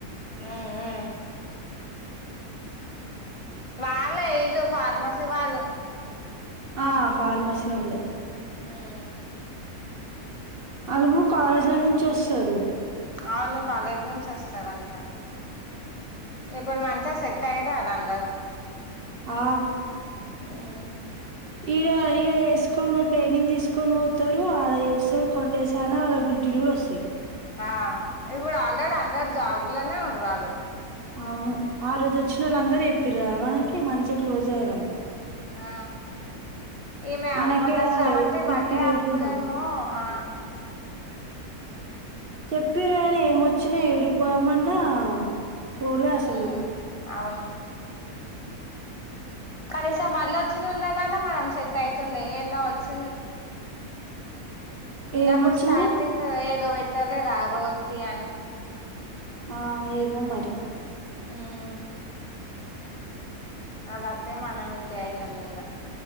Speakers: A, on the left; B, on the right.
A: ఆ ఆ వాళ్ళ వీళ్ళు ఫార్మసీ వాళ్ళు
B: ఆ ఫార్మసి వాళ్ళే
A: ఉమ్
B: అలువు కాలేజీల నుంచి వస్తారు
A: అవును కాలేజ్ నుంచి వస్తార అంటారు ఇప్పుడూ మనకి సెట్ అయింట అద అందరు
B: ఆ
A: ఉమ్
B: ఈడ ఈడ వేసుకొని వా ట్రైనింగ్ తీసుకొని పోతారు ఆడ వేస్తారు కొండ వేసాయనా వాళ్ళకి డ్యూటీలు కూడా వస్తాయి
A: ఆ ఇప్పుడు ఆల్రెడీ అందరు జాబులోనే ఉన్నారు వాళ్ళు
B: అవును ఆ రోజు వచ్చిన వాళ్ళు అందరు చెప్పేరు కదా మనకి మంచిగా క్లోజ్ అయ్యిర్రు వాళ్ళు
A: ఆ ఈమె
B: మనకే
A: మొన్న
B: రాలే
A: శవంతి
B: పిచ్చి
A: బర్డే
B: లేసింది
A: అప్పుడేమో
B: నాకు
A: ఆ
B: చెప్పిర్రి గాని ఏమొచ్చినా ఏడికోమన్నా పోలే అసలు
A: ఉమ్ అవును కనీసం మళ్ళీ వచ్చింది ఉండనన్న మనం సెట్ అయితుండే ఏన్నో వచ్చింది ఇంకా
B: ఏమొచ్చింది
A: అప్పుడు స్టార్టింగ్ ఏదో పెట్ టలేరా ఆ రోజుది అని
B: ఆ ఏమో మరి
A: ఉమ్ అప్పుడు అత్తే మన మాన్నమిట్టయి ఇంకా